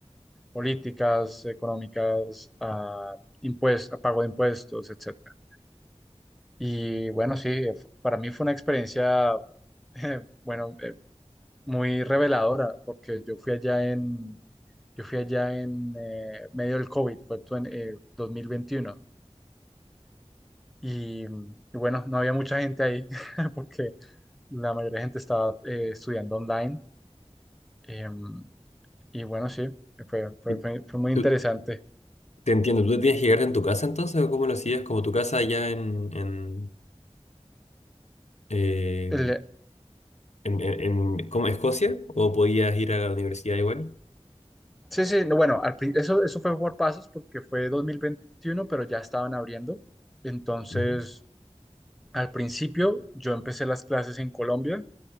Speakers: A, in the centre; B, on the left.
A: políticas económicas, a impues- a pago de impuestos, etcétera. Y bueno, sí, eh, fu- para mí fue una experiencia, eh, bueno, eh, muy reveladora, porque yo fui allá en, yo fui allá en eh, medio del COVID, fue tu- en eh, 2021, y, mm, y bueno, no había mucha gente ahí, <laughs> porque la mayoría de gente estaba eh, estudiando online, em, y bueno, sí, fue, fue,
B: Y
A: fue, fue muy
B: tú-
A: interesante.
B: te entiendo, ¿tú tenías que llegar en tu casa entonces o cómo lo hacías? Como tu casa allá en, en, eh,
A: El-
B: en, en, en- ¿cómo? Escocia o podías ir a la universidad igual?
A: Sí, sí, no, bueno, al prin- eso, eso fue por pasos porque fue 2021, pero ya estaban abriendo. Entonces,
B: Ujú.
A: al principio yo empecé las clases en Colombia,